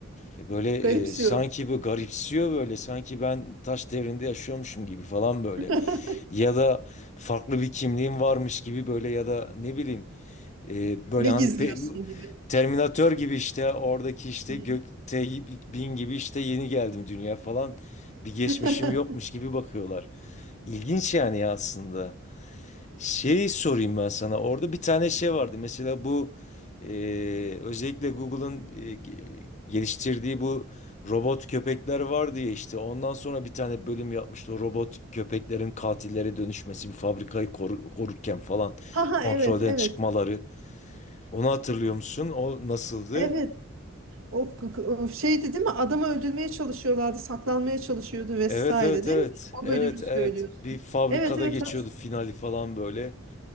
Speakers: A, on the left; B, on the right.
A: E, Böyle
B: garipsiyor.
A: e, sanki bu garipsiyor böyle sanki ben taş devrinde yaşıyormuşum gibi falan böyle.
B: <laughs>
A: Ya da farklı bir kimliğim varmış gibi böyle ya da ne bileyim e, böyle
B: Ne
A: hani
B: gizliyorsun
A: pe-
B: gibi.
A: Terminator gibi işte oradaki işte
B: Hı.
A: gökte bin gibi işte yeni geldim dünya falan bir geçmişim
B: <laughs>
A: yokmuş gibi bakıyorlar. İlginç yani aslında. Şey sorayım ben sana. Orada bir tane şey vardı. Mesela bu e, özellikle Google'ın e, ge- geliştirdiği bu robot köpekler vardı ya işte. Ondan sonra bir tane bölüm yapmıştı. O robot köpeklerin katillere dönüşmesi, bir fabrikayı koru- korurken falan
B: Ha ha
A: kontrolden
B: evet evet.
A: çıkmaları. Onu hatırlıyor musun? O nasıldı?
B: Evet. O, o şeydi değil mi? Adamı öldürmeye çalışıyorlardı, saklanmaya çalışıyordu vesaire
A: Evet evet
B: değil
A: evet.
B: mi? O
A: Evet
B: bölümü söylüyorsun.
A: evet. Bir fabrikada
B: Evet evet.
A: geçiyordu
B: Hat
A: finali falan böyle